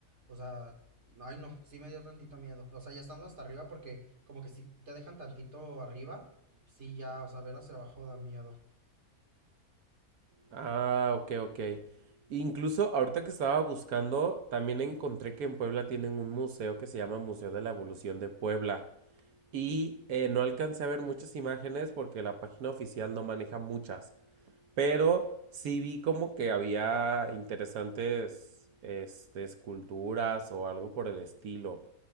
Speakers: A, on the right; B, on the right.
A: O sea, ay no, sí me dio tantito miedo. O sea, ya estando hasta arriba porque como que si te dejan tantito arriba, sí ya, o sea, ver hacia abajo da miedo.
B: Ah, ok, ok. Incluso ahorita que estaba buscando, también encontré que en Puebla tienen un museo que se llama Museo de la Evolución de Puebla. Y eh, no alcancé a ver muchas imágenes porque la página oficial no maneja muchas, pero sí vi como que había interesantes este, esculturas o algo por el estilo.